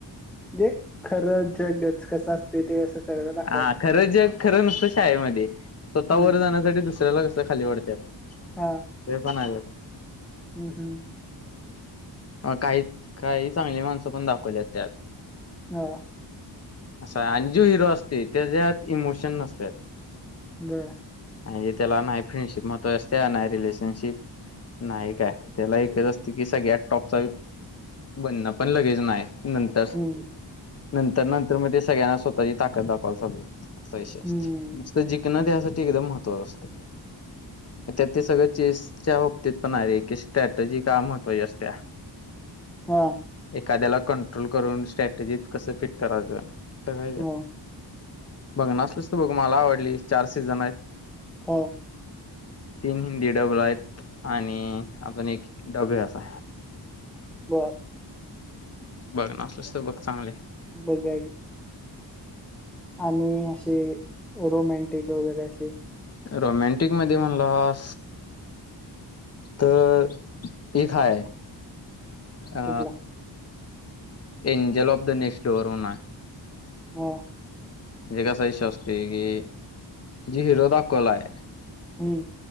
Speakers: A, in the centre; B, on the left.
A: जे खरं जगच कसं असं ते ते असं सगळं दाखवलंय
B: हा खरं जग खरं नुसतं शाळेमध्ये स्वतः
A: हम्म
B: वर जाण्यासाठी दुसऱ्याला कसं च खाली वडत्यात.
A: हा.
B: ते पण आलेत.
A: हम्म हम्म.
B: हा काही काही चांगली माणसं पण दाखवल्यात त्यात.
A: हां,
B: आसय आण्जु हिरो असती, त्याच्यात इमोशन नसत्यात.
A: ब.
B: आहे त्याला नाही, फ्रेंडशिप म्हत्वाची आसत्या. नाही रिलेशनशिप. नाय काय. त्याला एकच असती की, सगळ्यात टॉपचा. बनण पण, लगेच नाय. नंतर.
A: हं,
B: नंतर-नंतर मधे, सगळ्यांना स्वतःची ताकद दाखवावला चालू. <unintelligible> नुसतं
A: हं,
B: जिकण द्यासाठी एकदम महत्त्व असतय. आता ते सगळं, चेसच्या बाबतीत पण आहे. की, स्टॅटजी का महत्वाची अस क त्या्या
A: हा
B: एखाद्याला कंट्रोल करून स्ट्रॅटजी कसं फिट करायचं काय
A: हां,
B: बघनासलस तर बघ मला आवडली चार सीझन आहेत
A: हां,
B: तीन हिंदी डबल आहेत आणि अजून एक डबे असा
A: ब
B: बघ नसलस बघ चांगले
A: बोघ आणि असे रोमॅंटिक वगैरे असे
B: रोमॅंटिक मध्ये म्हणलं तर एक काय अ
A: कुठला?
B: Angel of the next door होना
A: हो
B: जे कस इश असते की जी हिरो दा कोोला आहे
A: हम्म